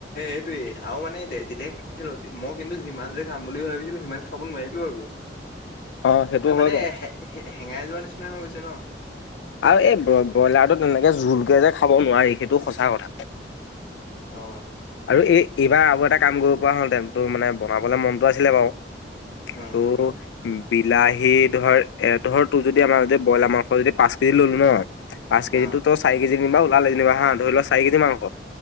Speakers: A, on the left; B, on the left.
A: এইটোয়ে আৰু মানে এ যেতিয়াই খাইছিলো মই কিন্তু যিমান যে খাম বুলি ভাবিছিলো সিমান খাব ফোন মাৰিলো আকৌ
B: অ সেইটো
A: এ মানে
B: হয় বাৰু।
A: হেঙাই যোৱা নিচিনা হৈ গৈছে ন <inaudible>
B: আৰু এই ব্ৰইলাৰটো তেনেকে জোলকে যে খাব নোৱাৰি সেইটো সঁচা কথা
A: অ
B: আৰু এই এইবাৰ আৰু এটা কাম কৰিব পৰা হলহঁতেন তো মানে বনাবলে মনতটো আছিলে বাৰু
A: অ
B: তোৰ বিলাহী ধৰ এ ধৰ তোৰ যদি আমাৰ যদি ব্ৰইলাৰ মাংস যদি পাঁচ কেজি ললো ন পাঁচ
A: অ
B: কেজিতো তো চাৰি কেজি ওলালে যেনিবা হা ধৰি লও চাৰি কেজি মাংস